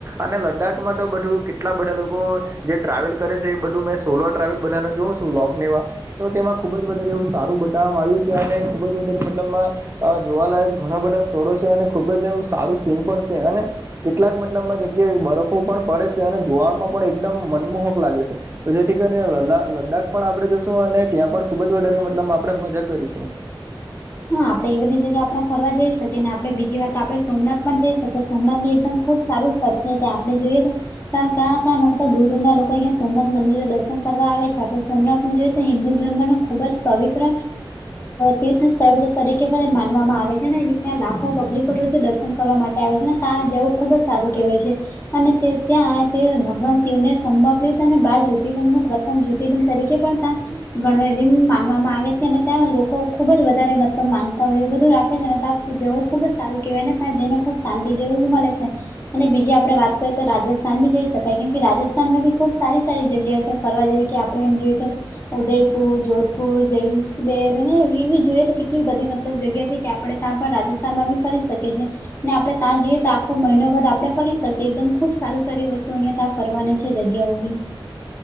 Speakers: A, on the right; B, on the left.
A: અને લદાખમાં તો બધું કેટલા બધા લોકો જે ટ્રાવેલ કરે છે એ બધુ સોલો ટ્રાવેલ પણ કરે છે. જોશું લોગમાં તો ખૂબ જ વધારે સારું એવું બતાવવામાં આવ્યું છે અને ખૂબ જ વધારે મતલબ અ જોવાલાયક ઘણા બધા સ્થળો છે અને ખુબ જ એમ સારા સીન પણ છે અને કેટલીક મતલબ માં જગ્યાએ બરફો પણ પડે છે અને જોવામાં પણ એકદમ મનમોહક લાગે છે. તો જેથી કરીને લદાખ પણ આપણેે જશું અને ત્યાં પણ ખુબ જ વધારે પ્રમાણમાં આપણે મજા કરીશું.
B: હા આપણે એ બધી જગ્યા ફરવા જઈ શકીએ ને આપણે બીજે સોમનાથ પણ જઈ શકીએ સોમનાથ પણ એકદમ ખુબ સારું કરશે ત્યાં આપણે જઈએ તો ક્યા ક્યાંથી દૂર દૂર ના લોકો અહિયાં સોમનાથ મંદિરે દર્શન કરવા આવે છે આપણે સોમનાથ જોઈએ તો હિન્દુ ધર્મનું ખૂબ જ પવિત્ર તીર્થસ્થળ છે. <inaudible> તરીકે પણ એ માનવામાં આવે છે ને ત્યાં લાખો પબ્લિકો રોજ દર્શન કરવા માટે આવે છે ને ત્યાં જવું ખુબ જ સારું કહેવાય છે. અને ત્યાં ભગવાન શિવને સંભપિત અને બાર જ્યાતિલિંગનું પ્ર જ્યોતિલંગ તરીકે પણ ત્યાં <inaudible> એ માનવામાં આવે છે અને ત્યાં લોકો ખુબ જ વધારે માનતા હોય એવું બધું રાખે છે ને તો ત્યાં જવું ખુબ જ સારું કહેવાયને ત્યાં જઈએ ને ખુબ શાંતિ પણ મળે છે. અને બીજે આપણે વાત કરીએ તો રાજસ્થાન પણ જઈ શકાય છે કેમ કે રાજસ્થાનમાં પણ ખુબ સારી સારી જગ્યાઓ છે ફરવા જેવી કે આપણે આપણે એમ જોઈએ તો ઉદયપુર, જોધપુર, જલસબેર અને એ જોઈ કેટલી બધી મતલબ જગ્યા છે કે આપણે ત્યાં પણ રાજસ્થાનમાં બી ફરી શકીએ છીએ. ને આપણે ત્યાં જઈએ તો આખો મહિનો બાદ આપણે ફરી શકીએ એકદમ ખુબ સારી સારી વસ્તુ અહિયાં ત ફરવાની છે જગ્યાઓ બી.